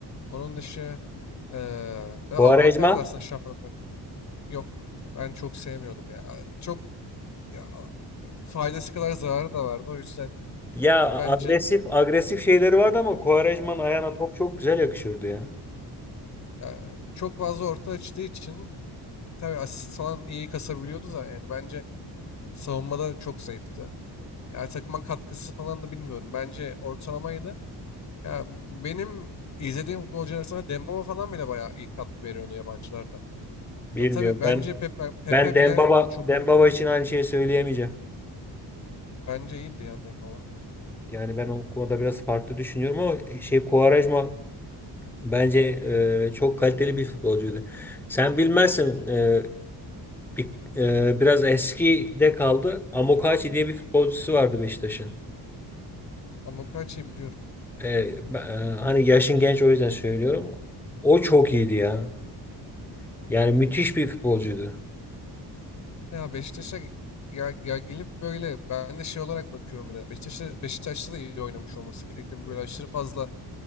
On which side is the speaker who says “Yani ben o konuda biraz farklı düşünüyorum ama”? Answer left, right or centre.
Centre